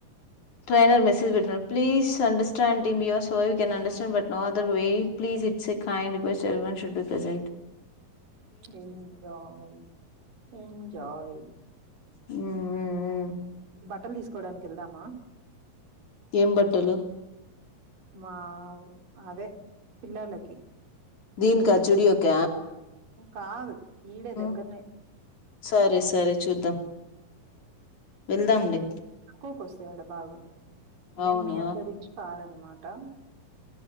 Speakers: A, on the left; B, on the right.
A: ట్రైనర్ మెసేజ్ పెట్టిన్నారు please understanding be your so you can understand but no other way please it's a kind request even should be present
B: enjoy enjoy
A: ఉమ్ ఉమ్ ఉమ్
B: బట్టలు తీసుకోవడానికి వెళ్దామా
A: ఏం బట్టలు
B: మా అదే పిల్లలకి
A: దీనిక జుడియొక
B: కాదు ఈడే
A: ఉమ్
B: దగ్గరనే
A: సరే సరే చూద్దాం వెళ్దాంలే
B: తక్కువకి వస్తాయి బాగా మే
A: అవునా
B: మీ అంత రిచ్ కాదనమాట